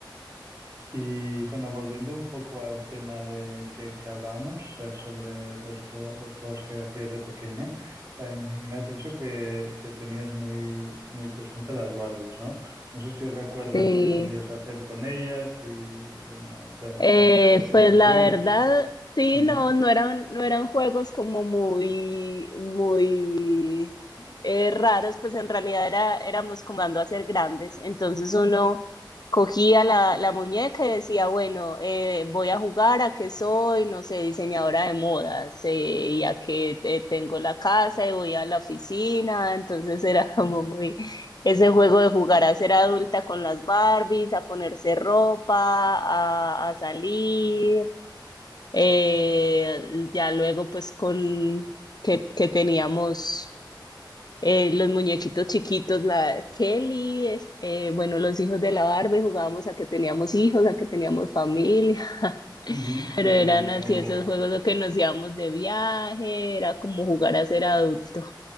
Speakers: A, on the right; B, on the left.
A: Y bueno, volviendo un poco al tema de que, que hablábamos eh, sobre los juegos, los juegos que hacías de pequeña, eh, me has dicho que, que tenías muy, muy presente las Barbies, ¿no? No sé si recuerdas
B: Sí.
A: qué solías hacer con ellas y, bueno, te-
B: Eh,
A: a- teatrizaciones.
B: pues la verdad,
A: o-
B: sí,
A: Ujú.
B: no, no eran, no eran juegos como muy, muy eh, raros, pues en realidad era, éramos comando a ser grandes. Entonces uno cogía la, la muñeca y decía, bueno, eh, voy a jugar a que soy, no sé, diseñadora de modas, eh, y a que eh, tengo la casa y voy a la oficina. Entonces era como muy ese juego de jugar a ser adulta con las Barbies, a ponerse ropa, a, a salir, eh, ya luego pues con que, que teníamos eh, los muñequitos chiquitos, la Kelly, es- eh, bueno, los hijos de la Barbie, jugábamos a que teníamos hijos, a que teníamos familia,
A: Ujú,
B: <laughs> pero
A: sí, entiendo.
B: eran así esos juegos los que nos íbamos de viaje, era como jugar a ser adulto.